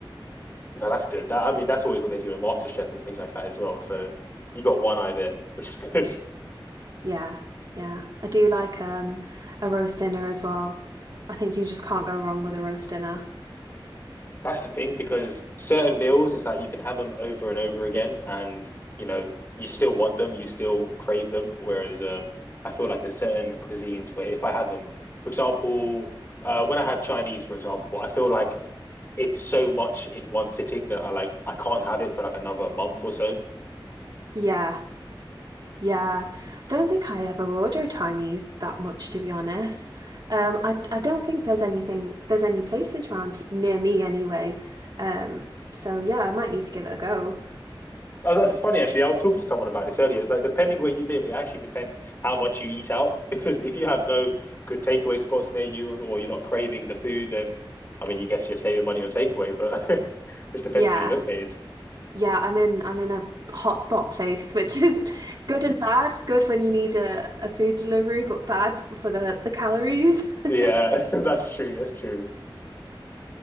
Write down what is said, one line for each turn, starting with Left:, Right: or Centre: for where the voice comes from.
Left: that's good. That I mean, that's always what they do in MasterChef and things like that as well. So you got one eye there, which is <laughs> good.
Right: <laughs> yeah, yeah. I do like um a roast dinner as well. I think you just can't go wrong with a roast dinner.
Left: That's the thing because certain meals, it's like you can have them over and over again, and you know you still want them, you still crave them. Whereas um, I feel like there's certain cuisines where if I have them, for example, uh, when I have Chinese, for example, I feel like it's so much in one sitting that I like I can't have it for like another month or so
Right: Yeah. Yeah, I don't think I ever order Chinese that much, to be honest. Um, I I don't think there's anything there's any places round h- near me anyway. Um, so yeah, I might need to give it a go.
Left: Oh, that's funny actually. I was talking to someone about this earlier. It's like depending where you live, it actually depends how much you eat out. <laughs> Because if you have no good takeaway spots near you or you're not craving the food, then I mean you guess you're saving money on takeaway, but <laughs> it just depends
Right: Yeah,
Left: where you're located.
Right: yeah, I'm in I'm in a hotspot place, which is <laughs> good and bad. Good when you need a, a food delivery, but bad for the the calories. <laughs>
Left: Yeah, <laughs> that's true. That's true.